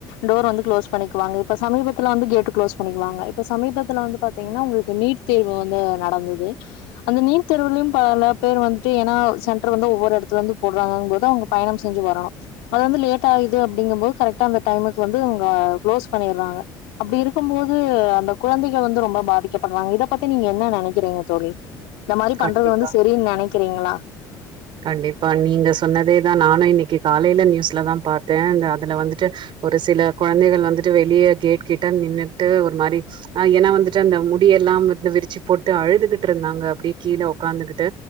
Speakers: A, on the left (about 85°); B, on the right (about 60°).
A: டோர் வந்து க்ளோஸ் பண்ணிக்குவாங்க இப்போ சமீபத்துல்ல வந்து கேட்டு க்ளோஸ் பண்ணிடுவாங்க இப்போ சமீபத்துலா வந்து பாத்தீங்கன்னா உங்களுக்கு நீட் தேர்வு வந்து நடந்தது அந்த நீட் தேர்வுலயு பல பேர் வந்துட்டு ஏனா சென்டர் வந்து ஒவ்வொரு எடத்துல இருந்து போடுறாங்க போது அவுங்க பயணம் செஞ்சு வரனு அது வந்து லேட் ஆகுது அப்டிங்கும் போது கரெட்டா அந்த டைமுக் வந்து உங்க க்ளோஸ் பண்ணிடறாங்க அப்டி இருக்கும் போது அந்த கொழந்தைகள் வந்து ரொம்ப பாதிக்கப்படறாங்க இத பத்தி நீங்க என்ன நெனைக்கிறீங்க தோழி இந்த மாரி
B: கண்டிப்பா
A: பண்றது வந்து சரின்னு நெனைக்கிறீங்களா
B: கண்டிப்பா நீங்க சொன்னதேதா நானு இன்னிக் னிக்கு காலையில நியூஸ்லதா பாத்த அந்த அதுல வந்துட்டு ஒரு சில கொழந்தைகள் வந்துட்டு வெளிய கேட் கிட்ட நின்ட்டு ஒரு மாரி ஆ ஏன்னா வந்துட்டு அந்த முடிய எல்லாம் வந்து விருச்சு போட்டு அழுதுகிட்டு இருந்தாங்க அப்டி கீழ உக்காந்துகிட்டு